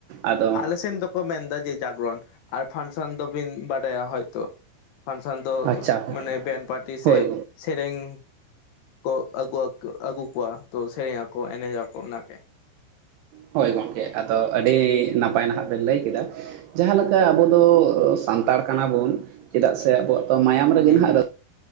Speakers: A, on the right; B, on the left.
A: ᱟᱫᱚ
B: ᱟᱞᱮᱥᱮᱱ ᱫᱚ, ᱠᱚ ᱢᱮᱱᱫᱟ ᱡᱮ ᱡᱟᱜᱽᱨᱚᱱ ᱟᱨ ᱯᱷᱟᱱᱥᱚᱱ ᱫᱚᱵᱤᱱ ᱵᱟᱰᱟᱭᱟ ᱦᱚᱭᱛᱚ᱾ ᱯᱷᱟᱱᱥᱚᱱ ᱫᱚ
A: ᱟᱪᱪᱷᱟ
B: ᱢᱟᱱᱮ ᱵᱮᱱᱴ ᱯᱟᱨᱴᱤ
A: ᱦᱳᱭ
B: ᱥᱮ ᱥᱮᱨᱮᱧ ᱠᱚ ᱟᱹᱜᱩᱣᱟ ᱟᱹᱜᱩ ᱠᱚᱣᱟ ᱛᱚ ᱥᱮᱨᱮᱧ ᱟᱠᱚ, ᱮᱱᱮᱡᱽ ᱟᱠᱚ ᱚᱱᱟ ᱜᱮ᱾
A: ᱦᱳᱭ ᱜᱚᱢᱠᱮ ᱟᱫᱚ ᱟᱹᱰᱤ ᱱᱟᱯᱟᱭ ᱱᱟᱦᱟᱜ ᱵᱮᱱ ᱞᱟᱹᱭ ᱠᱮᱫᱟ᱾ ᱡᱟᱦᱟᱸ ᱞᱮᱠᱟ ᱟᱵᱚ ᱫᱚ ᱥᱟᱱᱛᱟᱲ ᱠᱟᱱᱟᱵᱚᱱ ᱪᱮᱫᱟᱜ ᱥᱮ ᱟᱵᱚᱣᱟᱜ ᱛᱚ ᱢᱟᱭᱟᱢ ᱨᱮᱜᱮ
B: ᱦᱩᱸ
A: ᱦᱟᱸᱜ